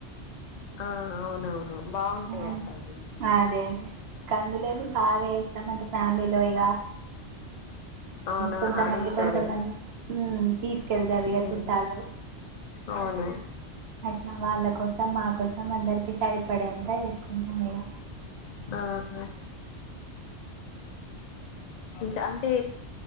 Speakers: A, on the left; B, on the right.
A: ఆ అవునవును బావుంటాయి
B: ఉమ్,
A: అంటరు
B: అదే అదే కందులది బాగా వేస్తాం అండి ఫ్యామిలీలో ఇగ
A: అవును
B: కొంతమంది
A: అడుగుతారు
B: కొంతమంది తీసుకెళ్తారు ఇక
A: ఉమ్
B: చుట్టాలు
A: అవును
B: అట్లా వాళ్ళ కోసం మా కోసం అందరికి సరి పడే అంత వేసుకుంటాం ఇక
A: ఆహా కా అంటే